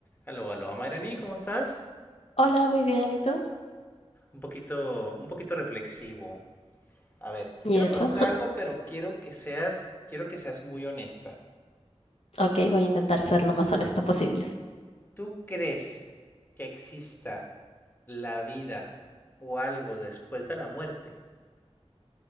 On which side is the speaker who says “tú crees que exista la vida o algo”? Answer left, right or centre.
Left